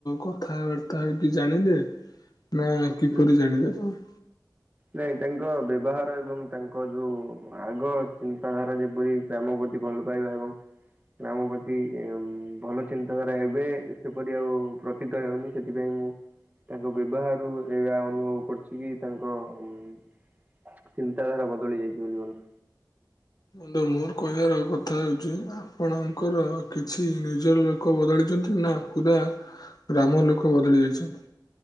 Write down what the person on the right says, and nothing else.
ହୁଁ।
ନାଇଁ ତାଙ୍କ ବ୍ୟବହାର ଏବଂ ତାଙ୍କ ଯୋଉ ଆଗ ଚିନ୍ତାଧାରା ଯେପରି କାମ ପ ଭଲ ପାଇବା ଏବଂ ଆମ ପ୍ରତି ଭଲ ଚିନ୍ତାଧାରା ଏବେ ସେପରି ଆଉ ପ୍ରତୀତ ହେଉନି ସେଥିପାଇଁ ମୁଁ ତାଙ୍କ ବ୍ୟବହାରରୁ ଏଇ ଅନୁଭବ କରୁଛି କି ତାଙ୍କ ଚିନ୍ତାଧାରା ବଦଳି ଯାଇଛି ବ <unintelligible>